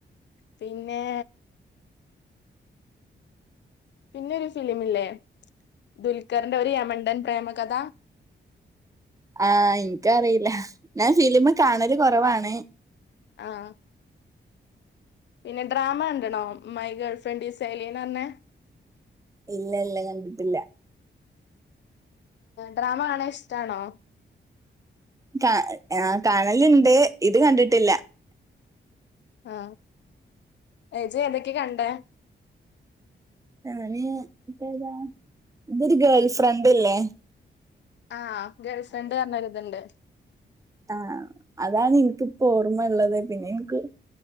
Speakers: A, on the left (about 70°); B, on the right (about 15°).
A: പിന്നെ പിന്നെ ഒരു ഫിലിമില്ലേ ദുൽഖറിന്റെ ഒരു യമണ്ടൻ പ്രേമകഥ
B: ആ ഇൻക്കറീല ഞാൻ ഫിലിം കാണല് കുറവാണ്
A: ആഹ് പിന്നെ ഡ്രാമ കണ്ട്ണോ മൈ ഗേൾ ഫ്രണ്ട് ഈസ് ഏലിയൻറഞ്ഞെ
B: ഇല്ലല്ല ഞാൻ കണ്ടിട്ടില്ല
A: ഡ്രാമ കാണാ ഇഷ്ടാണോ
B: കാ ആ കാണല്ണ്ട് ഇത് കണ്ടിട്ടില്ല
A: ആ ജ് ഏതൊക്കെ കണ്ടെ
B: ഞാന് പ്പേതാ ഇതൊരു ഗേൾ ഫ്രണ്ട്ല്ലേ
A: ആ ഗേൾഫ്രണ്ട് പറഞ്ഞരുത്ണ്ട്
B: ആഹ് അതാണ് നിക്കിപ്പോ ഓർമ്മള്ളത് പിന്നെ എനിക്ക്